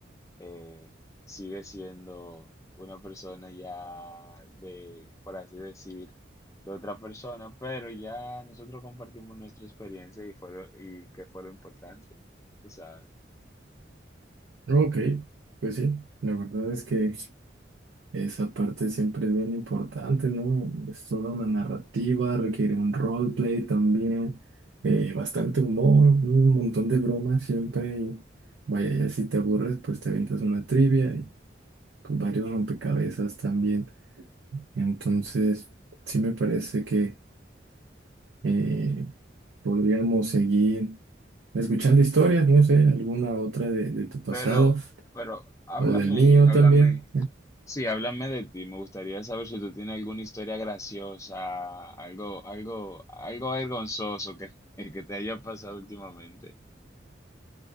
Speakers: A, on the left; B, on the right.
A: eh, sigue siendo una persona ya de, por así decir, de otra persona, pero ya nosotros compartimos nuestra experiencia y fue lo- y que fue lo importante, tú sabes.
B: Ok, pues sí, la verdad es que... Esa parte siempre es bien importante, ¿no? Es toda una narrativa, requiere un roleplay también, eh, bastante humor, un montón de bromas siempre. Y vaya, ya si te aburres, pues te avientas una trivia y pues, varios rompecabezas también. Entonces, sí me parece que eh, podríamos seguir escuchando historias, no sé, alguna otra de, de tu pasado
A: Pero, pero háblame,
B: o del mío
A: háblame.
B: también.
A: Sí, háblame de ti. Me gustaría saber si tú tienes alguna historia graciosa, algo, algo, algo vergonzoso que, <laughs> que te haya pasado últimamente.